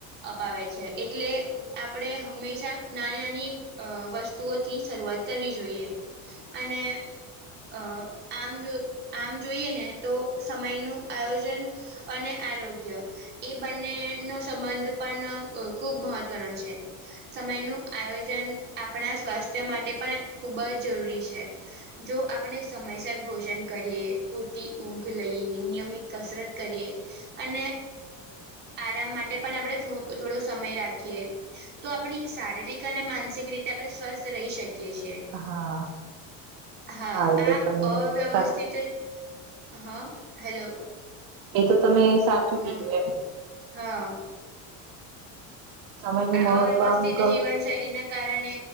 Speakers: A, on the right; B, on the right.
A: અપાવે છે, એટલે આપણે હંમેશા નાની નાની વસ્તુઓથી શરૂઆત કરવી જોઈએ. અને અ આમ જો આમ જોઈએ, ને તો સમયનું આયોજન અને આરોગ્ય એ બંને નો સંબંધ પણ ખુબ મહત્વનો છે. સમયનું આયોજન આપણા સ્વાસ્થ્ય માટે પણ ખૂબ જ જરૂરી છે. જો આપણે સમયસર ભોજન કરીએ પૂરતી ઊઘ લઈએ નિયમિત કસરત કરીએ અને આરામ માટે પણ આપણે થોડો સમય રાખીએ. તો આપણી શારીરિક અને માનસિક રીતે આપણે સ્વસ્થ રહી શકીએ છીએ.
B: હા
A: હા
B: એ તો
A: આ
B: તમે
A: અવ્યવસ્થિત
B: સા
A: હા હેલો.
B: એ તો તમે સાચું
A: હા
B: કીધું એમ
A: હા.
B: સમય નું મહત્વ
A: અવ્યવસ્થિત
B: આમ ઘણું
A: જીવનશૈલીના કારણે